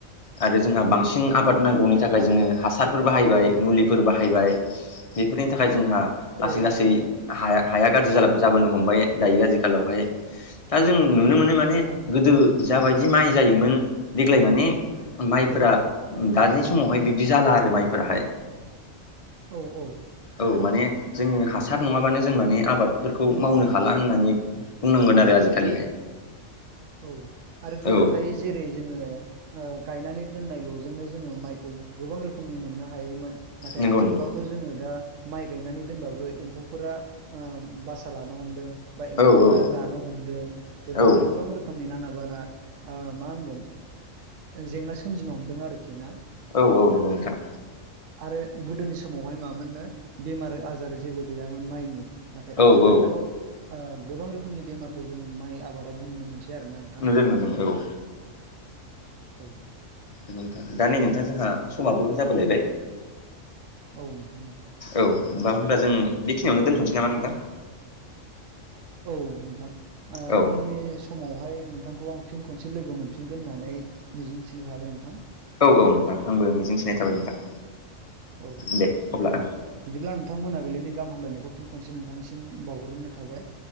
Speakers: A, on the left; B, on the right.
A: आरो जोंहा
B: औ
A: बांसिन आबाद नांगौनि थाखाय जोङो हासारफोर बाहायबाय मुलिफोर बाहायबाय बेफोरनि थाखाय जोंहा लासै
B: औ
A: लासै हाया-हाया गाज्रि जालां जाबोनो हमबाय दायो आजिखालावहाय दा जों नुनो मोनो माने
B: औ नोंथां
A: गोदो जा बायदि माइ जायोमोन देग्लाय माने माइफोरा
B: औ
A: दानि समावहाय बिबदि जाला आरो माइफोराहाय।
B: औ औ
A: औ माने जोङो हासार नङाबानो जों माने आबादफोरखौ मावनो हाला होननानै बुंनांगोन आरो आजिखालिहाय
B: औ आरो गोदोहाय
A: औ
B: जेरै जोङो ओ गायनानै दोननाय ल'जोंनो जोङो माइखौ गोबां रोखोमनि मोननो हायोमोन। नाथाय
A: नंगौ
B: आथिखालावथ'
A: नंगौ
B: जोङो दा माइ गायनानै दोनबाबो एम्फौ फोरा ओ बासा लानो हमदों बा एम्फौफोरा
A: औ औ
B: जानो हमदों बेफोरबादि
A: औ
B: गोबां रोखोम- नि नाङा-बाङा मा होनगोन जेंना सोमजिनो हमदों आरोखि ना।
A: औ औ नंगौ नोंथां
B: आरो गोदोनि समावहाय मा मोननो बेमार-आजार जेबो गैयामोन माइनि। नाथाय
A: औ
B: आथिखालावथ'
A: औ
B: ओ गोबां रोखोमनि बेमारखौ जों माइ आबादावबो नुनो मोनसै। आरो ना नोंथां
A: नुदों नुदों औ
B: औ।
A: नंगौ‌ नोंथां। दा नै नोंथां जोंहा समाबो जाबोलायबाय
B: औ नोंथां औ
A: औ दा होनबा जों बेखिनियावनो दोनथ'नोसै नामा नोंथां?
B: औ नोंथां ओ
A: औ
B: उननि समावहाय नोंथांखौ आं फिन खनसे लोगो मोनफिनगोन होननानै मिजिंथिनाय थाबाय नोंथां।
A: औ औ नोंथां आंबो मिजिं थिनाय थाबाय नोंथां।
B: औ
A: दे अब्ला
B: औ
A: ओं
B: बिदिब्ला आ नोंथां मोनाबिलिनि गाहाम हामलायनायखौ फिन खनसे नोंथांनिसिम बावहरग्रोनाय थाबाय।